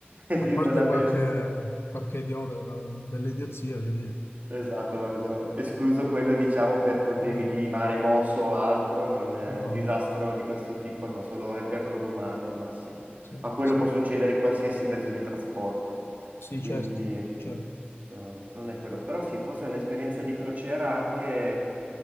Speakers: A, on the right (about 40°); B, on the left (about 80°).
A: <laughs>
B: a
A: l'isola
B: parte qualche,
A: del
B: qualche idiota che fa delle idiozie, voglio dire.
A: Esatto, guarda, abbiamo escluso quello, diciamo, per problemi
B: Ah,
A: di mare mosso o altro, non, eh,
B: no,
A: disastro di questo tipo, no, solo errore umano al massimo.
B: sì,
A: Ma quello
B: sì.
A: può succedere in qualsiasi mezzo di trasporto,
B: Sì,
A: quindi
B: certo, certo.
A: no, no, no, non è quello. Però sì, forse un'esperienza di crociera anche